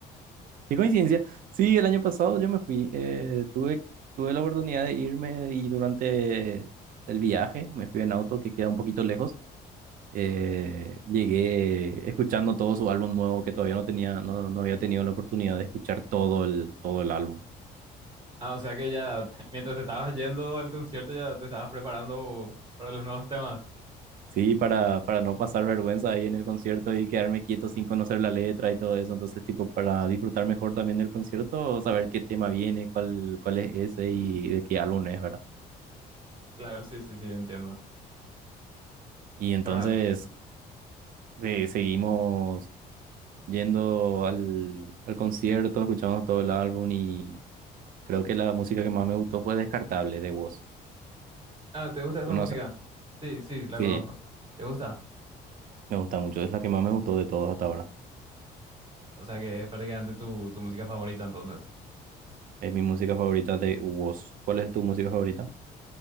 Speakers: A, on the right; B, on the right.
A: qué coincidencia. Sí, el año pasado yo me fui, eh, tuve, tuve la oportunidad de irme y durante el viaje me fui en auto que queda un poquito lejos. Eh, llegué escuchando todo su álbum nuevo que todavía no tenía, no, no había tenido la oportunidad de escuchar todo el, todo el álbum.
B: Ah, o sea que ya, <laughs> mientras te estabas yendo al concierto, ya te estabas preparando para los nuevos temas.
A: Sí, para, para no pasar vergüenza ahí en el concierto y quedarme quieto sin conocer la letra y todo eso. Entonces, tipo, para disfrutar mejor también del concierto, saber qué tema viene, cuál, cuál es ese y de qué álbum es, ¿verdad?
B: Claro, sí, sí, sí, entiendo.
A: Y entonces
B: Pero,
A: eh, seguimos yendo al, al concierto, escuchamos todo el álbum y creo que la música que más me gustó fue Descartable de Woz.
B: ah, ¿te gusta esa
A: ¿Conocen?
B: música? Sí, sí, la
A: Sí,
B: conozco. ¿Te gusta?
A: Me gusta mucho, es la que más me gustó de todos hasta ahora.
B: O sea que es prácticamente tu, tu música favorita entonces.
A: Es mi música favorita de Woz. ¿Cuál es tu música favorita?